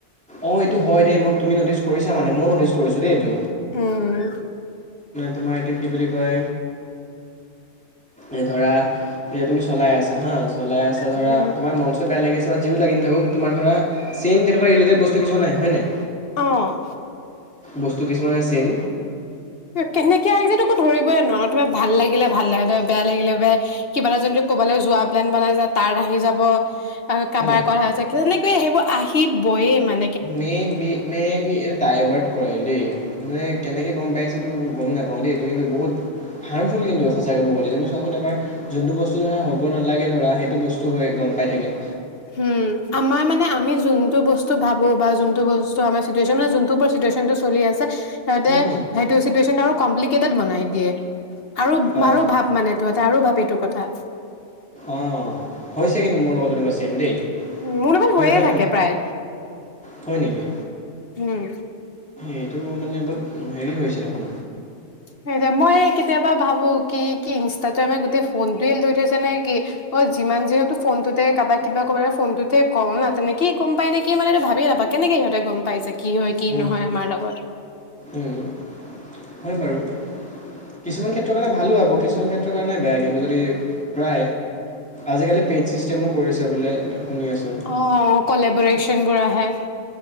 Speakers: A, in the centre; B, on the left.
A: অ এইটো হয় দেই। মোক তুমি নটিচ কৰিছা মানে মইও <unintelligible> এইটো।
B: উম
A: তোমাৰ এইটো কি বুলি কৈ এ ধৰা, এতিয়া তুমি চলাই আছা হা। চলাই আচা ধৰা,
B: উম
A: তোমাৰ মন-চন বেয়া লাগি আছে যিও লাগি নাথাকক তোমাৰ ধৰা, ছেম তেনেকুৱা ৰিলেটেড বস্তু হয় নাই?
B: অ'।
A: বস্তু কিছুমানে ছেম
B: কেনেকে আহি যে, তোকো ধৰিবই নোৱাৰো তোমাক ভাল লাগে লাগিলে ভাল লাগে, বেয়া লাগিলে বেয়াই, কিবা এটা যদি ক'বালৈ যোৱা প্লেন বনাই যায় তাত আহি যাব। আৰু কাৰবাৰ
A: উম
B: কৰা হৈছে, কিজানি এ সেইবোৰ আহিবয়ে মান
A: মে, বি, মেবি, এইটো ডাইভাৰ্ট কৰে দেই, মে কেনেকে গম পাই আছা তুমি মই গম নাপাওঁ দেই, এইটো কিন্তু বহুত হাৰ্মফুল কিন্তু সঁচাই ক'ব গ'লে, তুমি চোৱাচোন এবাৰ যোনটো বস্তু ধৰা হ'ব নালাগে ধৰা সেইটো বস্তু হৈ গম পাই থাকে।
B: হুম, আমাৰ মানে আমি যোনটো বস্তু ভাবো বা যোনটো বস্তু আমাৰ চিটুৱেচন মানে যোনটো ওপৰত চিটুৱেচনটো চলি আছে সেহঁতে
A: হুম হুম
B: সেইটোৱে চিটুএচ কম্প্লিকেটেদ বনাই দিয়ে আৰু
A: অঁ
B: বাৰু ভাপ মানে এইটো এটা আৰু ভাবে এইটো কথা।
A: অঁ হৈছে কিন্তু মোৰ লগত এনেকুৱা চেম, দেই।
B: মোৰ লগত
A: <unintelligible>
B: হৈয়ে থাকে প্ৰায়
A: হয় নেকি,
B: উম
A: এইটো মানে বহুত হেৰি হৈছে দেখোন
B: সেটোৱেই মই কেতিয়াবা ভাবো, কি, কি ইনষ্টাটোৱে আমাৰ গোটেই ফোনটোৱে লৈ থৈছে নে কি, অ', যিমান যি হক ফোনটোতে কাৰোবাক কিবা ক'ব লাগিলে ফোনটোতে কম না তেনেকেই গম পাই নে কি, মানে এইটো ভাবি নাপাওঁ, কেনেকে সিহঁতে গম পাই যে কি হয়, কি
A: উম,
B: নহয়, আমাৰ লগত <inaudible>
A: উম, উম, হয় বাৰু কিছুমান ক্ষেত্ৰৰ কাৰণে ভালো আকৌ কিছুমান ক্ষেত্ৰৰ কাৰণে বেয়া, কিন্তু যদি প্ৰায় আজিকালি পেইড ছিষ্টেমো কৰিছে বোলে। শুনি আছোঁ
B: অ কলাবৰেচন বোৰ আহে।